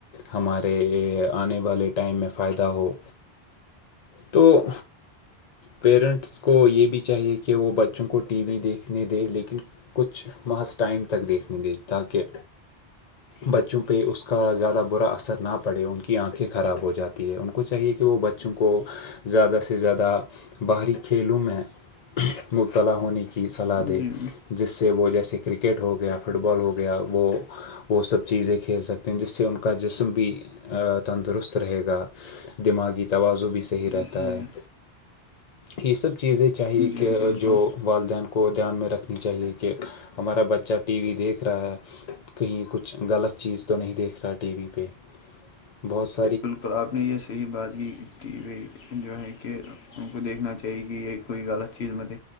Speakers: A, on the left; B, on the left.
A: ہمارے آنے والے ٹائم میں فائدہ ہو تو پیرنٹس کو یہ بھی چاہیے کہ وہ بچوں کو ٹی وی دیکھنے دے لیکن کچھ ماس ٹائم تک دیکھنے د تاکہ بچوں پہ اس کا زیادہ برا اثر نہ پڑے ان کی آنکھیں خراب ہو جاتی ہیں ان کو چاہیے کہ وہ ب بچوں کو زیادہ سے زیادہ باہری کھیلوں میں مبتلا ہونے کی صلاح
B: جی
A: دے جس سے وہ جیسے کرکٹ ہو گیا فٹ بال ہو گیا وہ وہ سب چیزیں کھیل سکتے ہیں جس سے ان کا جسم بھی تندرست رہے گا دماغی <unintelligible> توازع بھی صحیح رہتا
B: جی
A: ہے یہ سب چیزیں چاہیے
B: جی
A: کہ
B: بالکل
A: جو والدین کو دھیان میں رکھنی چاہیے کہ ہمارا بچہ ٹی وی دیکھ رہا ہے کہیں کچھ غلط چیز تو نہیں دیکھ رہا ٹی وی پہ بہت س
B: بالکل آپ نے یہ صحیح بات کی ٹی وی جو ہے کہ ان کو دیکھنا چاہیے کہ یہ کوئی غلط چیز متے